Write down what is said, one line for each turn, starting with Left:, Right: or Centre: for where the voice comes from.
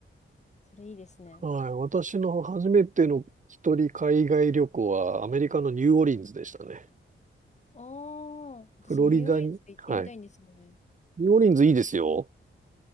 Left: それいいですね。
Right: はい。私の初めての一人海外旅行はアメリカのニューオーリンズでしたね。
Left: ああ、私ニューオーリンズ行ってみたいんですよね。
Right: フロリダに。はい。ニューオーリンズいいですよ。